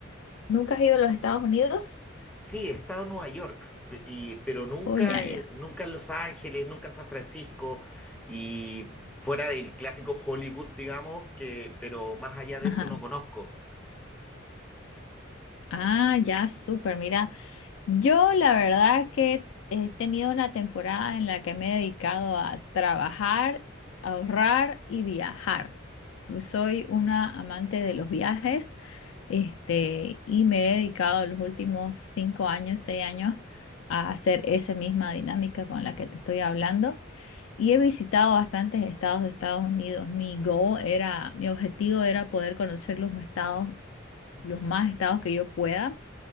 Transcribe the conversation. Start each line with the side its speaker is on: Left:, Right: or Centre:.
Left: ¿Nunca has ido a los Estados Unidos?
Centre: Sí, he estado en Nueva York, pe- y- pero nunca,
Left: Oh, ya, ya.
Centre: eh, nunca en Los Ángeles, nunca en San Francisco y fuera del clásico Hollywood, digamos, que, pero más allá de
Left: Ajá.
Centre: eso no conozco.
Left: Ah, ya, súper. Mira, Yo la verdad que he tenido una temporada en la que me he dedicado a trabajar, ahorrar y viajar. Yo Soy una amante de los viajes, este, y me he dedicado los últimos cinco años, seis años a hacer esa misma dinámica con la que te estoy hablando. Y he visitado bastantes estados de Estados Unidos. Mi goal era, mi objetivo era poder conocer los estados, los más estados que yo pueda.